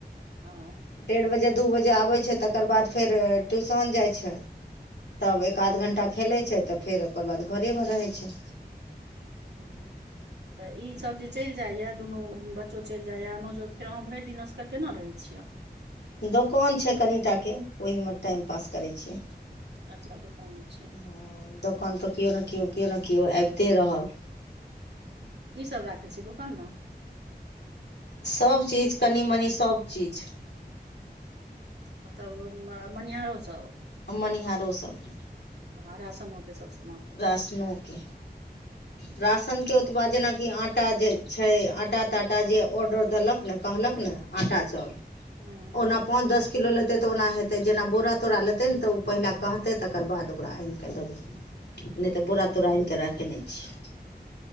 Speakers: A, on the right (about 85°); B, on the left (about 80°).
A: ओ
B: डेढ़ बजे दू बजे आबै छै तकर बाद फेर ट्यूशन जाइ छै तब एक आध घण्टा खेलै छै तऽ फेर ओकर बाद घरेमे रहै छै
A: <inaudible> तऽ ईसभ जे चलि जाइए दुनू बच्चो चलि जाइए नौजो फेर अहाँ भरि दिन असगर केना रहैत छियै
B: दोकान छै कनिटाके ओहिमे टाइम पास करै छियै
A: अच्छा दोकान छै
B: ह दोकान पर केओ नहि केओ केओ नहि केओ आबिते रहल
A: की सब राखे छियै दोकान मे
B: सब चीज कनि मनी सब चीज
A: मतलब मनिहारो सब
B: मनिहारोसभ
A: आ रासनो के सब समान
B: रासनोके राशनके उत्पाद जेनाकि आटा जे छै आटा टा टा जे ऑर्डर देलक ने कहलक ने आटा चाउर
A: हँ
B: ओना पाँच दस किलो लेतै तऽ ओना हेतै जेना बोरा तोरा लेतै ने तऽ ओ पहिले कहतै तकर बाद ओकरा आनिके कऽ देबै नहि तऽ बोरा तोरा आनि कऽ राखै नहि छै